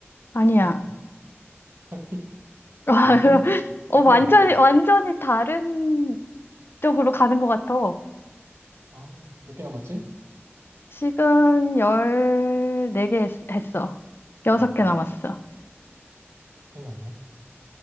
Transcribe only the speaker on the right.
아, <laughs> 아니,
물건,
물건이
아니.
아, 몇 개 남았지?
일4개
큰일 났네.